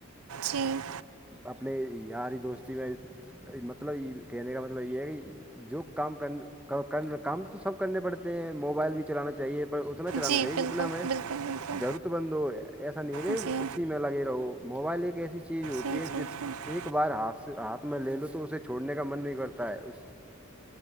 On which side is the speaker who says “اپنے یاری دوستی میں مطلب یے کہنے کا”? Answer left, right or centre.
Centre